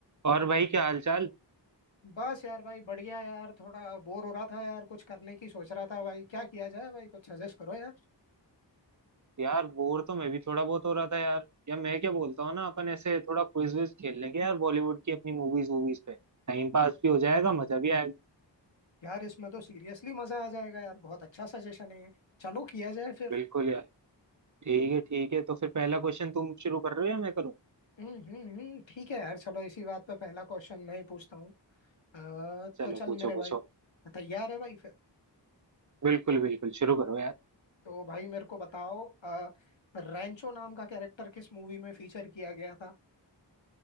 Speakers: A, on the right; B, on the left.
A: और भाई क्या हालचाल
B: बस यार भाई बढ़िया यार थोड़ा बोर हो रहा था यार कुछ करने की सोच रहा था भाई क्या किया जाए भाई कुछ सजेस्ट करो यार
A: यार बोर तो मैं भी थोड़ा बहुत हो रहा था यार या मैं क्या बोलता हूँ ना अपन ऐसे थोड़ा क्विज विज खेल लेंगे यार बॉलीवुड की अपनी मूवीज वूवीज पे टाइम पास भी हो जाएगा मजा भी आएगा
B: यार इसमें तो सीरियसली मजा आ जाएगा यार बहुत अच्छा सजेशन है ये। चलो किया जाए फिर
A: बिल्कुल यार ठीक है ठीक है तो फिर पहला क्वेश्चन तुम शुरू कर रहे हो या मैं करूँ
B: हम्म हम्म हम्म, ठीक है यार चलो इसी बात पे पहला क्वेश्चन मैं ही पूछता हूँ अ,
A: चलो
B: तो चल
A: पूछो
B: मेरे
A: पूछो
B: भाई तैयार है भाई फिर
A: बिल्कुल बिल्कुल शुरू करो यार
B: तो भाई मेरे को बताओ अ, रैंचो नाम का कैरेक्टर किस मूवी में फीचर किया गया था